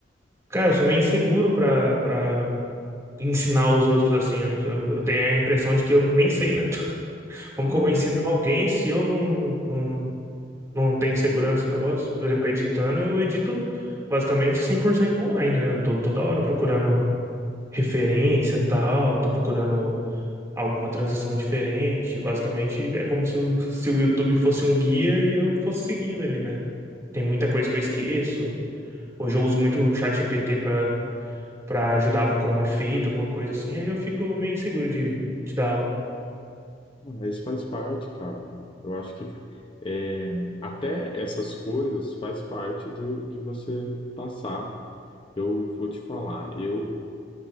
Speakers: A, on the right; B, on the left.
A: Cara, eu sou meio inseguro para para ensinar os outros assim. ó. Eu, eu tenho a impressão de que eu nem sei, né? <laughs> Como
B: Ah,
A: que eu vou
B: entendi.
A: ensinar alguém se eu não, não, não tem segurança no negócio. Por exemplo, editando, eu edito basicamente 100% online, né? Eu tô toda hora procurando referência, e tal, tô procurando alguma transição diferente. Basicamente, é como se o, se o YouTube fosse um guia e eu fosse seguindo ali, né? Tem muita coisa que eu esqueço. Hoje eu uso muito o chat GPT para para ajudar a procurar um efeito, alguma coisa assim. Aí eu fico meio inseguro de, de dar aula.
B: Não, Mas faz parte, cara. Eu acho que é, até essas coisas faz parte do, de você passar. Eu vou te falar, eu